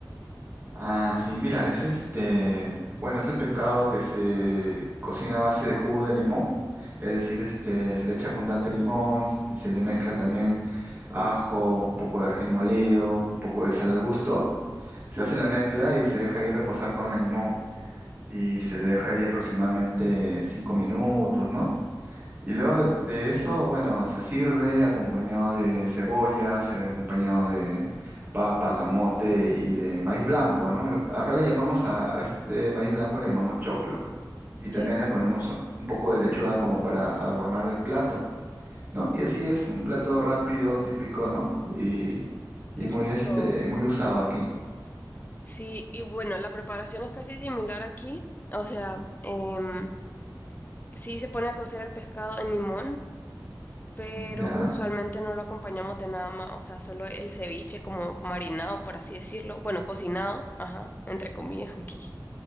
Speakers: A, on the right; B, on the left.
A: Ah, sí, mira, es este, bueno, es el pescado que se cocina a base de jugo de limón, es decir, este, se le echa abundante limón, s- se le mezcla también ajo, un poco de ají molido, un poco de sal al gusto, se hace la mezcla y se deja ahí reposar con el limón. y se le deja ahí aproximadamente cinco minutos, ¿no? Y luego de, de eso, bueno, se sirve acompañado de cebolla, se- acompañado de papa, camote y de maíz blanco, ¿no? El- Acá le llamamos a, a este maíz blanco, le llamamos choclo. Y también
B: Qué,
A: le ponemos un poco de lechuga como para adornar el plato, ¿no? Y así es un plato rápido, típico, ¿no? Y,
B: qué
A: y muy,
B: rico.
A: este, muy usado aquí.
B: Sí, y bueno, la preparación es casi similar aquí. O sea, em, sí se pone a cocer el pescado en limón. pero
A: ¿Ya?
B: usualmente no lo acompañamos de nada más, o sea, solo el ceviche como marinado, por así decirlo, bueno, cocinado, ajá, entre comillas <laughs> aquí,